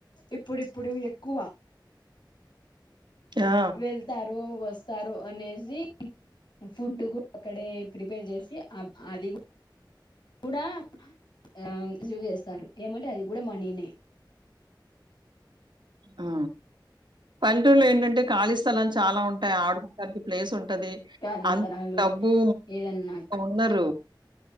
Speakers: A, on the left (about 65°); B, on the right (about 70°).
A: ఇప్పుడుప్పుడు ఎక్కువ
B: ఆ!
A: వెళ్తారు వసు స్తారు అనేసి ఫుడ్ కూడా అక్కడే ప్రిపేర్ చేసి అప్ అది కూ కూడా ఆ చేసేస్తారు ఏమంటే అది కూడా మనీనే
B: ఆ! పల్లెటూరులో ఏంటంటే ఖాళీ స్థలాలు చాలా ఉంటాయి ఆడుకోటానికి ప్లేస్ ఉంటది
A: కాళేశ్వరాలు
B: అంత డబ్బు
A: ఏదన్నా
B: ఉన్నారు ఉండ